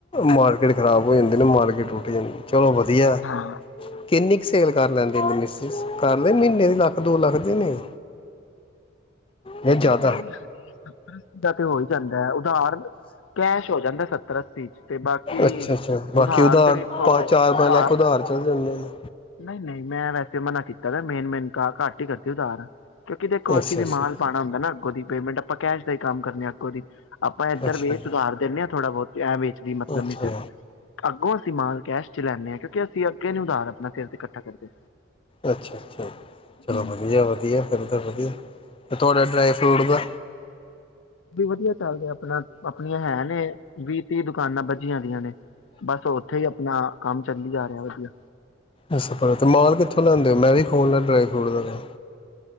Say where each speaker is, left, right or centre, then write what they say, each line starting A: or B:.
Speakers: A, on the left; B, on the left.
A: ਮਾਰਕੀਟ ਖਰਾਬ ਹੋ ਜਾਂਦੀ ਨੇ ਮਾਰਕੀਟ। ਰੁਕਨ <inaudible> ਚਲੋ ਵਧੀਆ,
B: ਹਾਂ
A: ਕਿੰਨੀ ਕੁ ਸੇਲ ਕਰ ਲੈਂਦੇ ਮਿਸ ਕਰਲੇ ਮਹੀਨੇ ਦੀ, ਲੱਖ ਦੋ ਲੱਖ ਦੀ ਨਹੀਂ? ਇਹ ਜ਼ਿਆਦਾ
B: ਹ ਸੱ <inaudible> ਤੇ ਹੋ ਹੀ ਜਾਂਦੈ ਧਾਰ ਕੈਸ਼ ਹੋ ਜਾਂਦਾ ਅੱਸੀ ਚ ਤੇ ਬਾਕੀ,
A: ਅੱਛਾ ਅੱਛਾ ਬਾਕੀ
B: ਉਧਾਰ ਤੇ ਵੇਖੋ
A: ਪਾ ਚਾਰ
B: ਉਧਾਰ
A: ਪੰਜ ਲੱਖ ਚੱਲ ਜਾਂਦੇ ਨੇ
B: ਨਹੀਂ- ਨਹੀਂ। ਮੈਂ ਵੈਸੇ ਮਨਾ ਕੀਤਾ ਵੇ, ਮੇਨ -ਮੇਨ ਕ ਘੱਟ ਹੀ ਕਰਦੀ ਉਦਾਰ। ਕਿਉਂਕਿ ਦੇਖੋ
A: ਅੱਛਾ
B: ਵੀ
A: ਅੱਛਾ
B: ਮਾਲ ਪਾਉਣਾ ਹੁੰਦਾ ਨਾ, ਅੱਗੋਂ ਦੀ ਪੇਮੈਂਟ ਮੂੰਕੈਸ਼ ਦਾ ਹੀ ਕੰਮ ਕਰਨੇ ਆਂ, ਅੱਗੋ ਦੀ। ਆਪਾਂ ਇੱਧਰ
A: ਅੱਛਾ
B: ਵੇ ਸੁਧਾਰ ਦਿੰਨੇ ਹਾਂ ਥੋੜ੍ਹਾ ਬਹੁਤ, ਐ ਵੇਚ ਦੇਈ ਮਤਲਬ
A: ਅੱਛਾ
B: ਮਿਸ ਅੱਗੋਂ ਅਸੀਂ ਮਾਲ ਕੈਸ਼ ਚ ਲੈਂਨੇ ਆਂ। ਅਸੀਂ ਅੱਗੇ ਨੀ ਉਧਾਰ, ਆਪਣੇ ਸਿਰ ਤੇ ਇਕੱਠਾ ਕਰਦੇ।
A: ਅੱਛਾ ਅੱਛਾ ਚਲੋ
B: ਹਮ
A: ਵਧੀਆ ਵਧੀਆ, ਫਿਰ ਤਾਂ ਵਧੀਆ। ਤੇ ਤੁਹਾਡਾ ਡਰਾਈ ਫਰੂਟ ਦਾ
B: ਵੀ ਵਧੀਆ ਚੱਲ ਰਿਹਾ ਆਪਣਾ, ਆਪਣੀਆਂ ਹੈ ਨੇ ਵੀਹ ਤੀਹ ਦੁਕਾ ਦੁਕਾਨਾਂ ਬੱਜੀਆਂ ਦੀਆਂ ਨੇ। ਬਸ ਉੱਥੇ ਹੀ ਆਪਣਾ ਕੰਮ <unintelligible> ਵਧੀਆ।
A: ਅੱਛਾ, ਪਰ ਤੇ ਮਾਲ ਕਿੱਥੋਂ ਲਿਆਂਦੇ ਹੋ, ਮੈਂ ਵੀ ਔ ਨਾ ਡਰਾਈ ਫਰੂਟ ਦਾ ਕਮ